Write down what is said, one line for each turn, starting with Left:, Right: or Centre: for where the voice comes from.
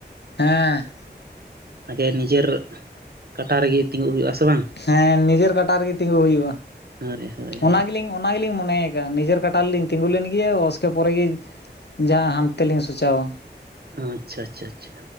Left: ᱦᱮᱸ,
Right: ᱟᱜᱮ ᱱᱤᱡᱟᱹᱨ ᱠᱟᱴᱟ ᱨᱮᱜᱮ ᱛᱤᱸᱜᱩᱜ ᱦᱩᱭᱩᱜᱼᱟ ᱥᱮ ᱵᱟᱝ᱾
Left: ᱦᱮᱸ ᱱᱤᱡᱟᱹᱨ ᱠᱟᱴᱟ ᱨᱮᱜᱮ ᱛᱤᱸᱜᱩ ᱦᱩᱭᱩᱜᱼᱟ
Right: ᱦᱳᱭ ᱦᱳᱭ ᱦᱳᱭ
Left: ᱚᱱᱟ ᱜᱮᱞᱤᱧ, ᱚᱱᱟ ᱜᱮᱞᱤᱧ ᱢᱚᱱᱮ ᱠᱟᱜᱼᱟ ᱱᱤᱡᱮᱨ ᱠᱟᱴᱟ ᱨᱮᱞᱤᱧ ᱛᱤᱸᱜᱩ ᱞᱮᱱ ᱜᱮᱭᱟ ᱚᱥᱠᱮ ᱯᱚᱨᱮ ᱜᱮ, ᱡᱟᱦᱟᱸ ᱦᱟᱱᱛᱮᱞᱤᱧ ᱥᱩᱪᱟᱹᱣᱟ᱾
Right: ᱟᱪᱷᱟ ᱟᱪᱪᱷᱟ ᱟᱪᱪᱷᱟ᱾